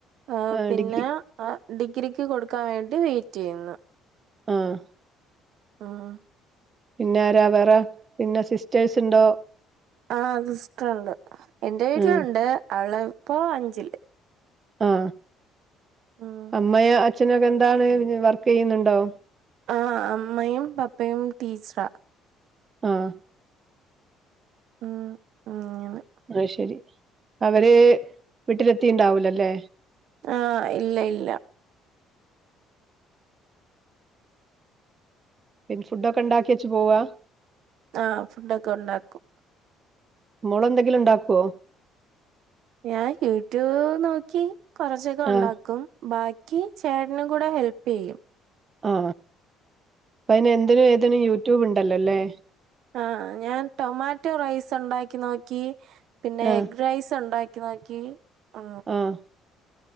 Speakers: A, on the right; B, on the right.
A: ആ
B: ആഹ്
A: പിന്നെ
B: ഡിഗ്രി
A: ആ ഡിഗ്രിക്ക് കൊടുക്കാൻ വേണ്ടി വൈറ്റെയ്യുന്നു.
B: ആഹ്
A: ആഹ്
B: പിന്നെ ആരാ വേറെ പിന്നെ സിസ്റ്റേഴ്സ്ണ്ടോ?
A: ആ സിസ്റ്ററുണ്ട് എന്റെ വീട്ടിലുണ്ട്
B: ഉം
A: അവളിപ്പോ അഞ്ചില്.
B: ആ
A: ഉം
B: അമ്മയോ അച്ഛനൊക്കെ എന്താണ് വർക്ക് യ്യുന്നുണ്ടോ?
A: ആ അമ്മയും പപ്പയും ടീച്ചറ.
B: ആഹ്
A: ആഹ് ആഹ്
B: ആയ്ശരി അവര് വീട്ടിലെത്തിണ്ടാവൂലല്ലേ?
A: ആ ഇല്ല ഇല്ല
B: പിൻ ഫുഡൊക്കെണ്ടാക്കിച്ച് പോവാ?
A: ആ ഫുഡോക്കെ ഉണ്ടാക്കും.
B: മോളെന്തെങ്കിലും ണ്ടാക്കോ?
A: ഞാൻ യൂട്യൂവ് നോക്കി കൊറച്ചൊക്കെ ഉണ്ടാക്കും.
B: ആഹ്
A: ബാക്കി ചേട്നും കൂടെങ്ങ് ഹെൽപ്പെയ്യും.
B: ആ പ്പയ്ന് എന്തിനും ഏതിനും യൂട്യൂബ് ഉണ്ടല്ലോല്ലേ.
A: ആ ഞാൻ ടൊമാറ്റോ റൈസുണ്ടാക്കി നോക്കി പിന്നെ
B: ആഹ്
A: എഗ് റൈസ് ഉണ്ടാ ക്കി നോക്കി ആ
B: ആഹ്